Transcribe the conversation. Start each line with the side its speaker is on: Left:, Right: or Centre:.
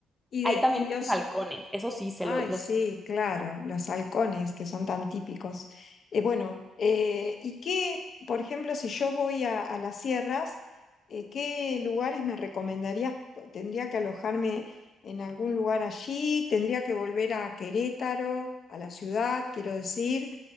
Left: Y
Centre: Hay
Left: de,
Centre: también
Left: y
Centre: muchos
Left: los,
Centre: halcones, eso sí, se
Left: Ay,
Centre: lo, los
Left: sí, claro, los halcones que son tan típicos. Eh, bueno, eh, ¿y qué, por ejemplo, si yo voy a, a las sierras, eh, qué lugares me recomendarías? ¿Tendría que alojarme en algún lugar allí? ¿Tendría que volver a Querétaro, a la ciudad, quiero decir?